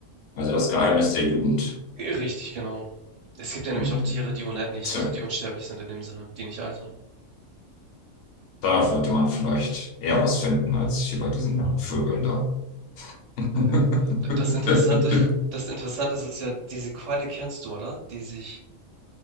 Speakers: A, on the left (about 70°); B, on the right (about 75°).
A: Also das Geheimnis der Jugend.
B: Äh, Richtig, genau. Es gibt ja nämlich
A: Mhm.
B: auch Tiere, die unendlich,
A: Tja,
B: also die unsterblich sind in dem Sinne, die nicht altern.
A: da würde man vielleicht eher was finden als hier bei diesen Vögeln da. <laughs>
B: Äh, äh, Das Interessante, <laughs> das Interessante ist, ist ja, diese Qualle kennst du, oder? Die sich